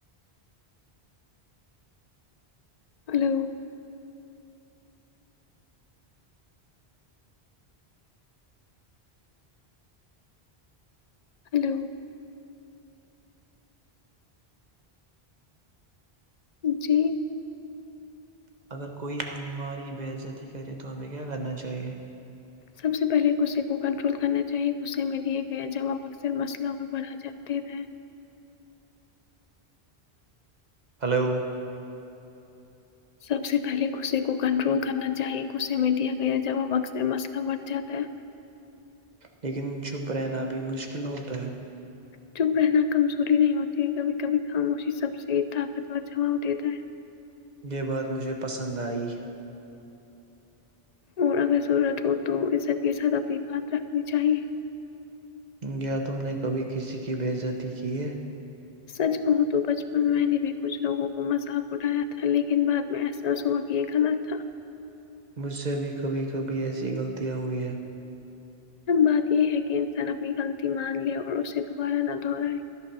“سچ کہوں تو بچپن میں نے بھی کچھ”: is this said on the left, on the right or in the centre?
Left